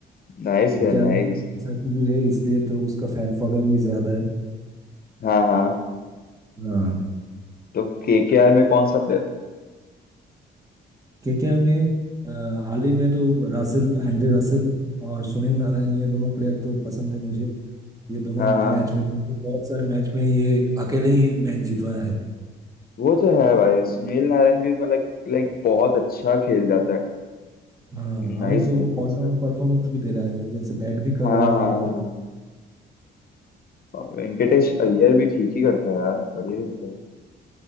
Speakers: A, on the left; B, on the right.
A: नाइस
B: केकेआर
A: यार नाइस
B: में तो ऐसा भी है इसलिए तो उसका फैन फॉलोइंग भी ज्यादा है
A: हाँ हाँ
B: हाँ
A: तो केकेआर में कौन सा प्लेयर
B: केकेआर में अ, हाल ही में तो रासेल एंड्रे रासेल और सुनील नारायण ये दोनों प्लेयर तो पसंद है मुझे ये दोनों
A: हाँ हाँ
B: मैच विनर्स बहुत सारे मैच में ये अकेले ही मैच जितवाया है
A: वो तो है भाई सुनील नारायण भी मतलब लाइक बहुत अच्छा खेल जाता है
B: हाँ
A: नाइस
B: अभी तो
A: है
B: वो
A: नाइस
B: ऑलराउंड
A: है
B: परफॉर्मेंस भी दे रहा है जैसे बैट भी कर
A: हाँ
B: रहा
A: हाँ
B: है
A: हाँ।
B: और
A: हाँ।
B: बॉल
A: और वेंकटेश अय्यर भी ठीक ही करता है यार बढ़िया ही करता है